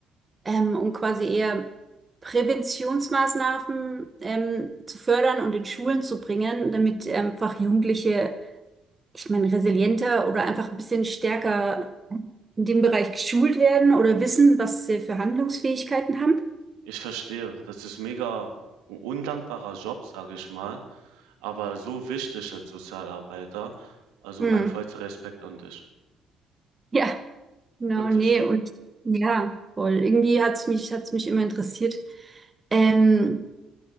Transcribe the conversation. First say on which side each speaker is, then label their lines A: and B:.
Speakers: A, on the right (about 25°); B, on the right (about 75°).
A: ähm, um quasi eher Präventionsmaßnahmen ähm, zu fördern und in Schulen zu bringen, damit einfach Jugendliche, ich meine, resilienter oder einfach ein bisschen stärker in dem Bereich geschult werden oder wissen, was sie für Handlungsfähigkeiten haben.
B: ich verstehe, das ist mega ein undankbarer Job, sage ich mal, aber so wichtig als Sozialarbeiter. Also
A: Hm.
B: mein vollster
A: <laughs>
B: Respekt an dich.
A: Ja, genau,
B: Wirklich.
A: nee, und ja, voll. Irgendwie hat's mich, hat's mich immer interessiert. Ähm,